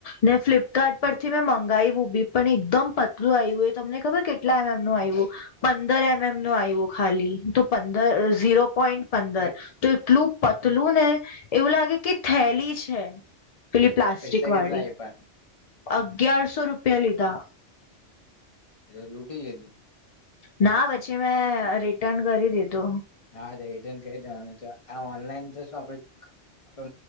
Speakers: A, on the left; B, on the left.
A: ને ફ્લિપકાર્ટ પરથી મેં મંગાયવું બી પણ એકદમ પતલું આયવું એ તમને ખબર કેટલા એમ એમ નું આયવું પંદર એમ એમ નું આયવું ખાલી. તો પંદર ઝીરો પોઈન્ટ પંદર
B: એટ
A: તો એટલું પતલું
B: એટલે
A: ને એવું લાગે કે થેલી છે. પેલી પ્લાસ્ટિક
B: પૈસા
A: વાળી.
B: કેટલા આપ્યા
A: અગિયારસો રૂપિયા લીધા.
B: એ તો લૂટી લીધું.
A: ના પછી મે રી રિટર્ન કરી દીધો.
B: હા તો રીટર્ન કરિ દેવાનું આ ઓનલાઈન તો શું આપડ